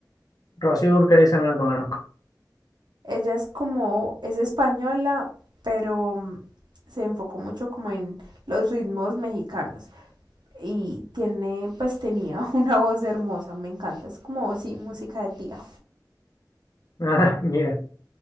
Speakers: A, on the left (about 60°); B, on the right (about 85°).
A: Rocío Dúrcal esa no la conozco.
B: Ella es como, es española, pero mm, se enfocó mucho como en los ritmos mexicanos. Y tiene, pues tenía <laughs> una voz hermosa, me encanta, es como, sí, música de tía.
A: <laughs> Ah, mira.